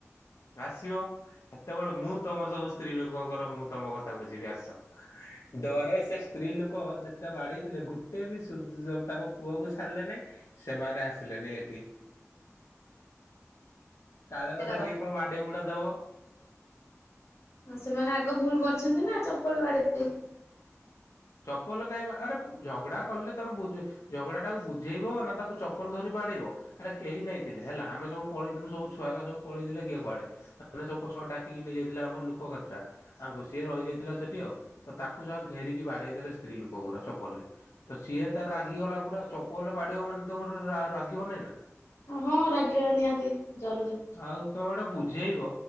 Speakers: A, on the left; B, on the left.
A: ଆସିବ ସେତେବେଳେ ମୁଁ ତମ ସବୁ ସ୍ତ୍ରୀ ଲୋକଙ୍କର ମୁଁ ତମ କଥା ବୁଝିବି, ଆସ। <inaudible> ଡରେ ସେ ସ୍ତ୍ରୀ ଲୋକ ଯେତେଟା ବାଡେଇଥିଲେ, ଗୋଟେ ବି ସୁଯ୍ୟ ତାଙ୍କ ପୁଅ କୁ ଛାଡିଲେନି। ସେମାନେ ଆସିଲେନି ଏଠି, କାଳେ କଥା
B: ସେଟାର।
A: କିଏ କଣ ବାଡଈ ବୁଡ଼ା ଦବ।
B: ହଁ, ସେମାନେ ଆଗ ଭୁଲ୍ କରିଛନ୍ତି ନା, ଚପଲ ବାଡେଇ ଦେଇକି।
A: ଚପଲ କାଇଁବା? ଆରେ, ଝଗଡା କଲେ ତମ ବୁ ଝଗଡାଟା ବୁଝେଇବ ନା, ତାକୁ ଚପଲ ଧରି ବାଡେଇବ? ଆରେ, କେହି ନାଇଁଥିଲେ ହେଲା। ଆମେ ସବୁ ପଲେଇଥିଲୁ। ସବୁ ଛୁଆକା ସବୁ ପଳେଇଥିଲେ, କିଏ କୁଆଡେ ମାନେ ସବୁ ପଛ ଡାକିକି ନେଇଯାଇଥିଲି ଆମର ଲୋକ କେତେଟା? ଆମକୁ ସିଏ ରହିଯାଇଥିଲା ସେଠି। ଆଉ ତ ତାକୁ ସଳା ଘେରିକି ବାଡେଇ ଦେଲେ ସ୍ତ୍ରୀ ଲୋକ ଗୁରା ଚପଲ ରେ। ତ ସିଏ ତାର ରାଗିଗଲା। ପୁରା ଚପଲ ରେ ବାଡିବ, ମାନେ, ତମେ ଗୋଟେ ରାଗିବ ନାହିଁ ନା?
B: ହଁ, ରାଗିବା ନିହାତି ଜରୁରୀ।
A: ଆଉ ତମେ ଗୋଟା ବୁଝେଇବ।